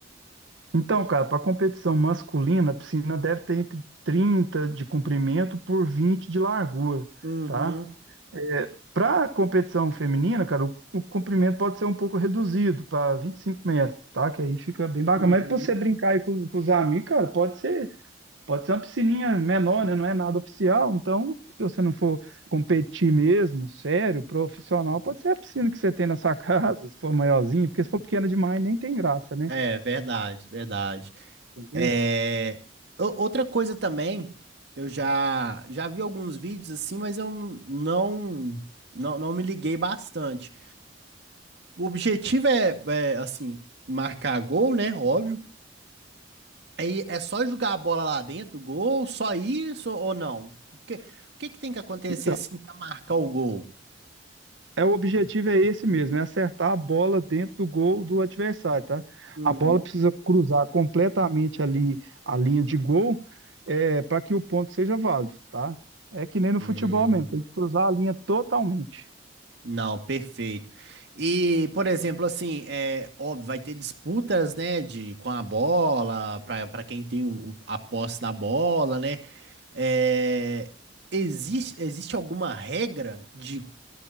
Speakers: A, on the right; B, on the right.
A: Então, cara, para competição masculina, a piscina deve ter entre 30 de comprimento por 20 de largura,
B: Uhum,
A: tá? Para competição feminina, cara, o, o comprimento pode ser um pouco reduzido para 25 metros, tá? Que aí fica bem bacana.
B: uhum.
A: Mas para você brincar aí com, os- com os amigos, cara, pode ser Pode ser uma piscininha menor, né? Não é nada oficial. Então, se você não for competir mesmo, sério, profissional, pode ser a piscina que você tem na sua <laughs> casa, se for maiorzinha, porque se for pequena demais, nem tem graça, né?
B: É verdade, verdade.
A: Entendeu?
B: É... o- Outra coisa também, eu já já vi alguns vídeos assim, mas eu não não, não me liguei bastante. O objetivo é, é, assim, marcar gol, né? Óbvio. Aí é só jogar a bola lá dentro, gol, só isso ou não? O que, o que que tem que acontecer
A: Então,
B: assim para marcar o gol?
A: é, o objetivo é esse mesmo, é acertar a bola dentro do gol do adversário, tá?
B: Uhum.
A: A bola precisa cruzar completamente ali a linha de gol, é, para que o ponto seja válido, tá? É que nem no
B: Hum,
A: futebol mesmo, tem que cruzar a linha totalmente.
B: não, perfeito. E, por exemplo, assim, é óbvio, vai ter disputas, né, de com a bola, para para quem tem o, a posse da bola, né? É, existe existe alguma regra de